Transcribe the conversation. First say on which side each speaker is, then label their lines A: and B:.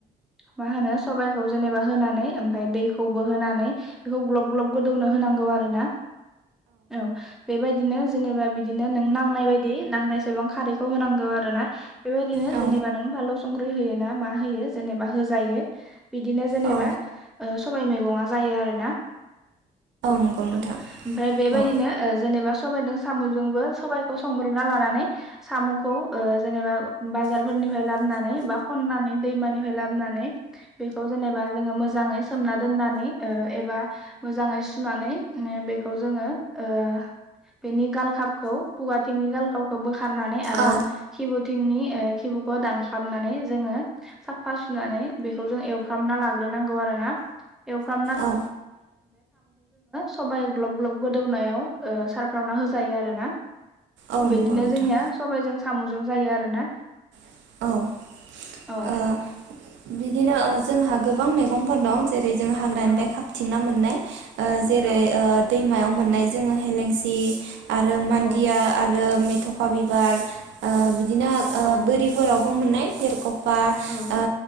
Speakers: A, in the centre; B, on the right (about 70°).
A: मा होनो सबाइखौ जेनेबा होनानै ओमफ्राय दैखौबो होनानै बेखौ ग्लब ग्लब गोदौनो होनांगौ आरोोना औ बेबायदिनो जेनेबा बिदिनो नों नांनाय बायदि नांनायसेबां खारैखौ होनांगौ आरो ना बेबायदिनो
B: औ
A: जेनेबा नों फानलु संख्रि होयो ना मा होयो जेनेबा होजायो बिदिनो जेनेबा
B: औ
A: सबाय मैगङा जायो आरो ना
B: नंगौ नोंथां
A: औ ओमफ्राय बेबायदिनो
B: औ
A: जेनेबा सबायदों सामुजोंबो सबायखौ संग्रोना लानानै सामुखो ओ जेनेबा <unintelligible> नानै बा खननानै दैमानिफाय लाबनानै बेखौ जनेबा जोङो <unintelligible> मोजाङै सोमना दोननानै एबा ओ मोजाङै सुनानै बेखौ जोङो ओ बेनि गालखाबखौ फुवाथिंनि गालखाबखौ बोखारनानै आरो
B: औ
A: खिबुथिंनि <unintelligible> दाननानै जोङो साफा सुनानै बेखौ जों एवफ्रामना लाग्रोन <unintelligible> खौ जोङो
B: औ
A: सबबाय ग्लब ग्लब गोदौनायाव सारफ्रावना होजायो आरो ना।
B: औ
A: बिदिनो
B: नंगौ नोंथां।
A: जोंनिया सबायाइजों साम'जों जायो आरोना।
B: <unintelligible>
A: औ।
B: ओ <inaudible>
A: औ
B: जेरै
A: औ।
B: <inaudible>
A: औ
B: <inaudible>
A: औ औ।
B: ओ